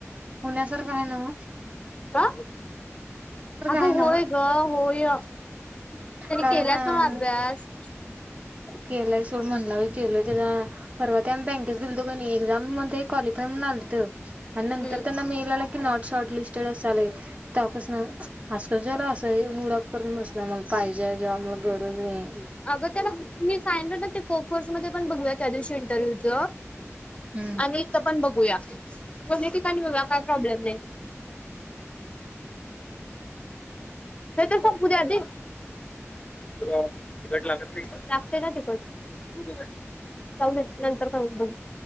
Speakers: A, on the right; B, on the left.
A: पुण्यासारखं आहे न्हवं
B: का अग
A: आहे
B: होय
A: नव्ह
B: ग होय अफ त्याने
A: कारण
B: केला का अभ्यास..
A: केलाय सोड म्हणला बई केलोय त्याचा परवा ते आम्ही बँकेत गेलतो कि नाही एक्झाम मध्ये क्वालिफाय म्हणून आलतं आणि नंतर
B: हम्म
A: त्यांना मेल आला कि नॉट शॉर्ट लिस्टेड असल तवापासन आजकाल जला असं मूड ऑफ करून बसलाय म पाहिजे जेव्हा मला गरज आहे.
B: अगं त्याला मी सांगितलेलं ते कोपवर्स मध्ये पण बघूयात. त्या दिवशी इंटरव्यूच.
A: हम्म
B: आणि इत पण बघू बघूया, दोन्ही ठिकाणी बघूया काय प्रॉब्लेम नाही. ते तर संपू दे आधी, तुला तिखट लागत नाय लागतय ना तिखट, जाऊदे नंतर करुया.